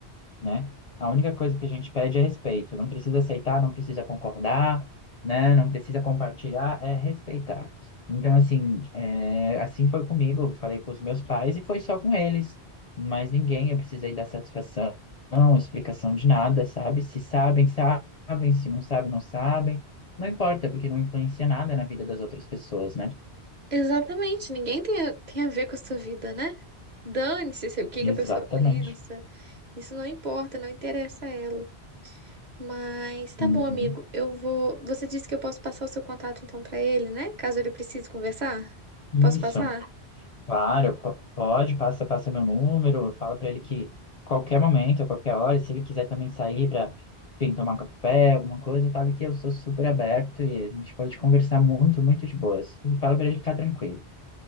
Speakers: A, on the left (about 50°); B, on the right (about 45°).
A: né? A única coisa que a gente pede é respeito. Não precisa aceitar, não precisa concordar, né? Não precisa compartilhar, é respeitar. Então, assim, é, assim foi comigo. Eu Falei com os meus pais e foi só com eles. Mas ninguém, eu precisei dar satisfação, não, explicação de nada, sabe? Se sabem, sabem, se não sabem, não sabem. Não importa, é porque não influencia nada na vida das outras pessoas, né?
B: Exatamente, ninguém tem a, tem a ver com a sua vida, né? Dane-se se- o que
A: Exatamente.
B: que a pessoa pensa. Isso não importa, não interessa a ela. Mas tá
A: Uhum.
B: bom, amigo. Eu vou. Você disse que eu posso passar o seu contato então pra ele, né? Caso ele precise conversar.
A: Isso.
B: Posso passar?
A: Claro, po- pode, passa, passa meu número, fala pra ele que qualquer momento, a qualquer hora, se ele quiser também sair pra, enfim, tomar um café, alguma coisa, fala que eu sou super aberto e a gente pode conversar muito, muito de boas. E Fala pra ele ficar tranquilo.